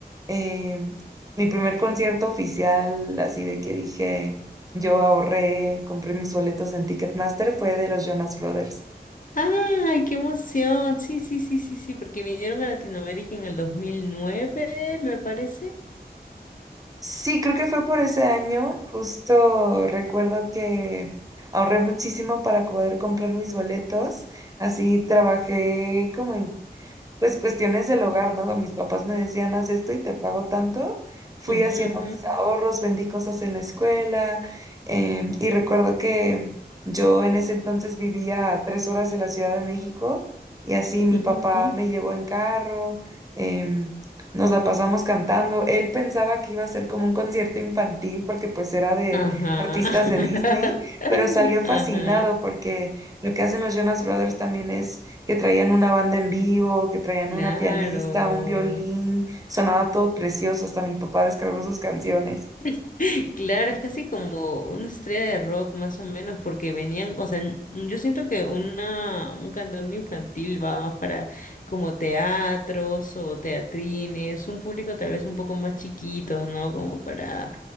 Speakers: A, on the right; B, on the left.
A: eh, mi primer concierto oficial, así de que dije, yo ahorré, compré mis boletos en Ticketmaster, fue de los Jonas Brothers.
B: ¡Ay, qué emoción! Sí, sí, sí, sí, sí, porque vinieron a Latinoamérica en el dos mil nueve me parece.
A: Sí, creo que fue por ese año, justo recuerdo que ahorré muchísimo para poder comprar mis boletos. Así trabajé como en pues cuestiones del hogar, ¿no? Mis papás me decían, haz esto y te pago tanto. Fui
B: Ujú,
A: haciendo
B: ujú,
A: mis ahorros, vendí cosas en la escuela em, y recuerdo que yo en ese entonces vivía a tres horas de la Ciudad de México y así mi
B: ujú,
A: papá
B: ujú.
A: me llevó en carro, em, nos la pasamos cantando. Él pensaba que iba a ser como un concierto infantil porque pues era de
B: Ajá.
A: artistas
B: <laughs>
A: de Disney, pero salió
B: Ajá.
A: fascinado porque lo que hacen los Jonas Brothers también es que traían una banda en vivo, que traían
B: Claro.
A: una pianista, un violín, sonaba todo precioso, hasta mi papá descargó sus canciones.
B: <laughs> Claro, es casi como una estrella de rock más o menos, porque venían, o sea, n- yo siento que una, un cantante infantil va más para como teatros o teatrines, un público tal vez un poco más chiquito, ¿no? Como para,